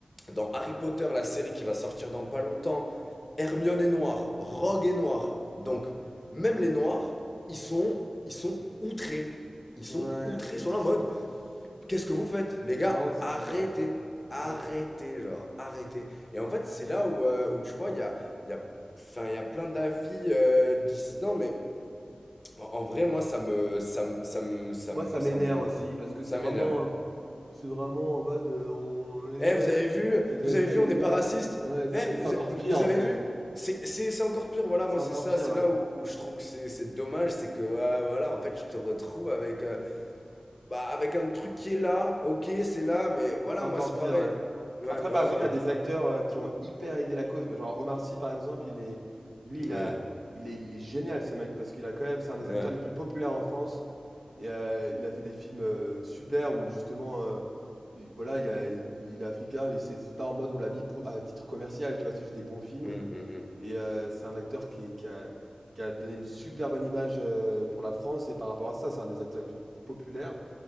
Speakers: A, on the left; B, on the right.
A: dans Harry Potter, la série qui va sortir dans pas longtemps, Hermione est noire, Rogue est noire. Donc, même les noirs, ils sont, ils sont outrés. Ils sont
B: Ouais,
A: outrés,
B: c'est
A: ils sont
B: tr-
A: là en mode, qu'est-ce que vous faites Les
B: c'est
A: gars,
B: vraiment que c'est
A: arrêtez.
B: bizarre.
A: Arrêtez,
B: Ouais, c'est-
A: genre, arrêtez. Et en fait, c'est là où, euh, où tu vois, il y a, il y, a, enfin, il y a plein d'avis euh, dissidents, mais en, en vrai, moi, ça me, ça me, ça me, ça
B: Moi,
A: me,
B: ça m'énerve
A: ça me-
B: aussi, parce que
A: ça
B: c'est vraiment,
A: m'énerve.
B: c'est vraiment en mode, euh, on les
A: Eh,
B: met,
A: vous avez vu,
B: vous avez
A: vous
B: vu,
A: avez vu,
B: allez
A: on n'est
B: voir.
A: pas raciste.
B: Ouais, c'est
A: Eh,
B: ça. Et c'est
A: vous,
B: encore
A: a- vous-
B: pire,
A: vous
B: en
A: avez
B: fait.
A: vu. C'est- C'est c'est encore pire, voilà,
B: C'est
A: moi
B: encore
A: c'est ça,
B: pire,
A: c'est
B: ouais.
A: là où, où je trouve que c'est c'est dommage, c'est que ouais, voilà, en fait, tu te retrouves avec, euh, bah, avec un truc qui est là, ok, c'est là, mais voilà,
B: C'est encore
A: moi c'est
B: pire,
A: pareil.
B: ouais.
A: Ouais,
B: Après,
A: ouais,
B: par exemple,
A: ouais,
B: il y
A: et
B: a
A: du-
B: des acteurs euh, qui ont hyper aidé la cause. Genre Omar Sy, par exemple, il est, lui, il
A: Oui,
B: a, il est, il est génial, ce mec, parce qu'il a quand même, c'est un des
A: ouais.
B: acteurs les plus populaires en France. Et, heu, il a fait des films, heu, super où justement, heu, i voilà, il y a il il est africain mais c'est c'est pas en mode on l'a mis pou à titre commercial, tu vois? C'est juste des bons films
A: Hum, hum, hum.
B: et heu, c'est un acteur qui est qui a qui a donné une super bonne image, heu, pour la France et par rapport à ça, c'est un des acteurs les plus populaires